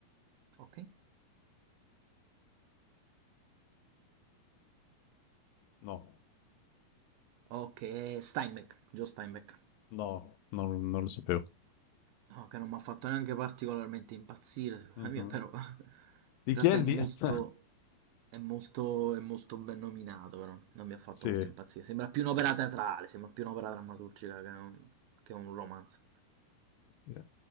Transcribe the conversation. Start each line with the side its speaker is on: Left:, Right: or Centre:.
Right: Ok.
Left: No,
Right: Ok, Steinbeck, Joe Steinbeck.
Left: no, non, non lo sapevo.
Right: No, che non mi ha fatto neanche particolarmente impazzire, secondo
Left: Mhm.
Right: me, però <laughs> in
Left: Di
Right: realtà
Left: chi è lì?
Right: è molto,
Left: <laughs>
Right: è molto, è molto ben nominato, però non mi ha fatto
Left: Sì,
Right: molto impazzire. Sembra più un'opera teatrale, sembra più un'opera drammaturgica che un, che un romanzo.
Left: sì.